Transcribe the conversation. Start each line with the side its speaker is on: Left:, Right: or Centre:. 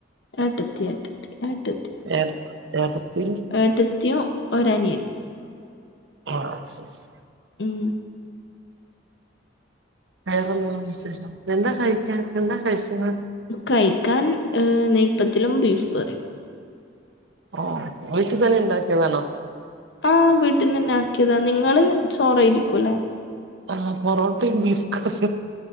Left: ഏട്ടത്തി ഏട്ടത്തി ഏട്ടത്തി
Right: ഏഹ് ഏടത്തി
Left: ഏട്ടത്തിയും ഒരനിയനും
Right: ആഹ് എസ് എസ്
Left: ഉം
Right: വേറെ എന്താ വിശേഷം എന്താ കഴിക്കാ എന്താ കഴിച്ചത്
Left: കഴിക്കാൻ നെയ്പ്പത്തിലും ബീഫ് കറിയും
Right: ഓഹ് വീട്ട് തന്നെ ഉണ്ടാക്കിയതാണോ
Left: ആഹ് വീട്ടിൽ നിന്ന് തന്നെ ആക്കിയതാ നിങ്ങള് ചോറായിരിക്കുവല്ലേ
Right: ആഹ് പൊറോട്ടയും ബീഫ് കറിയും